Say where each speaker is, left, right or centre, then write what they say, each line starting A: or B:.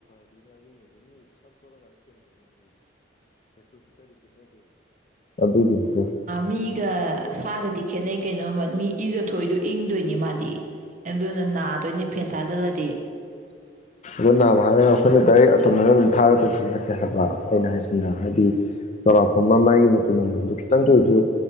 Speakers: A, on the left (about 40°); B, on the right (about 45°).
A: ꯑꯗꯨꯒꯤꯅꯤꯗ
B: ꯃꯤꯒ ꯁꯥꯒꯗꯤ ꯈꯦꯠꯅꯩ ꯀꯩꯅꯣꯃ ꯃꯤ ꯏꯖꯊꯣꯛꯏꯗꯣ ꯏꯪꯗꯣꯏꯅꯤ ꯃꯥꯗꯤ ꯑꯦ ꯑꯗꯨ ꯅ ꯑꯗꯣ ꯐꯦꯟ ꯊꯥꯖꯂꯗꯤ
A: ꯑꯣ ꯅꯥꯃ ꯍꯥꯏꯔꯒ ꯑꯩꯈꯣꯏꯅ ꯗꯥꯏꯔꯦꯛ ꯑꯇꯝꯅꯅ ꯑꯗꯨꯝ ꯊꯥꯒꯗꯕꯗꯤ ꯅꯠꯇꯦ ꯍꯥꯏꯕ ꯑꯩꯅ ꯍꯥꯏꯁꯤꯅ ꯍꯥꯏꯗꯤ ꯆꯥꯎꯔꯥꯛꯄ ꯑꯃ ꯃꯥꯥꯏꯒꯤ ꯃꯇꯨ ꯃꯃꯥꯡꯗꯣ ꯈꯤꯇꯪꯇ ꯑꯣꯏꯔꯁꯨ